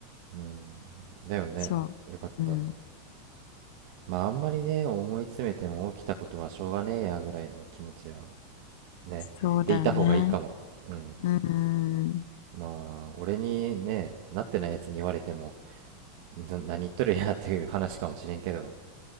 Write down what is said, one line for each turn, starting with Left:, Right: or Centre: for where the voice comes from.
Right: うんだよねよかったうん
Left: そううん
Right: まああんまりね思い詰めても起きたことはしょうがねえやぐらいの気持ちはねでいた方がいいかもうん
Left: そうだよねうん
Right: まあ俺にねなってないやつに言われてもな何言っとるやっていう話かもしれんけど